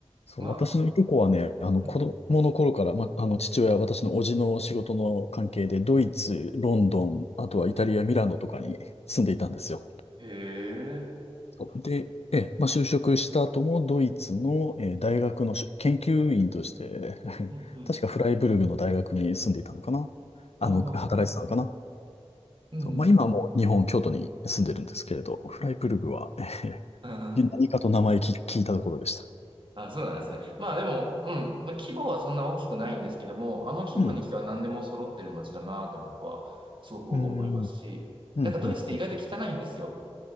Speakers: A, on the left; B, on the right.
A: そう、
B: う。まあ、
A: 私のいとこはね、あの子供の頃から、
B: うん
A: ま、あの父親、私の叔父の仕事の関係で、ドイツ、ロンドン、あとはイタリア、
B: うん
A: ミラノとかに住んでいたんですよ。
B: へえ。
A: そうで、ええ、まあ、就職した後もドイツの、えー大学のし研究員として、<laughs>
B: うんうん。
A: 確かフライブルグの大学に住んでいたのかな。あの、
B: ああ、
A: 働いてたのかな。
B: うんうん。
A: そう、まあ、今はもう日本、京都に住んでるんですけれど、フライブルグは、
B: うんうん
A: <laughs> 何かと名前き聞いたところでした。
B: <laughs> あ、そうなんですね。まあでも、うん、まあ、規模はそんな大きくないんですけども、あの規模にしては何でも揃ってる街だなって僕はすごく思いますし、
A: うん。うん。うん。うん。
B: なんかドイツって意外と汚いんですよ。